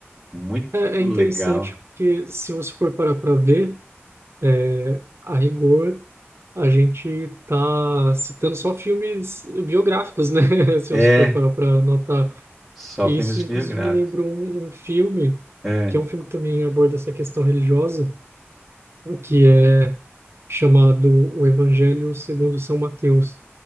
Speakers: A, in the centre; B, on the right (about 65°).
A: muito
B: É, é interessante
A: legal.
B: porque se você for parar para ver, é, a rigor, a gente está citando só filmes biográficos, né? <laughs> Se
A: É,
B: você for parar para notar.
A: só
B: E
A: filmes
B: isso, inclusive,
A: biográficos.
B: me lembrou um, um filme,
A: É,
B: que é um filme que também aborda essa questão religiosa, que é chamado O Evangelho segundo São Mateus.